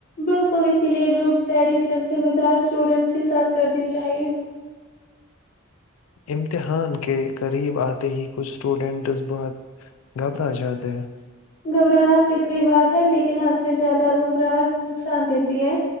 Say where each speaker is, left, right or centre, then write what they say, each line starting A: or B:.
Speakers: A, on the left; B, on the left.
A: بالکل اسی لیے گروپ اسٹڈی صرف ذمہ دار اسٹوڈنٹس کے ساتھ کرنی چاہیے
B: امتحان کے قریب آتے ہی کچھ اسٹوڈنٹز بہت گھبرا جاتے ہیں
A: گھبرانا فطری بات ہے لیکن حد سے زیادہ گھبراہٹ نقصان دیتی ہے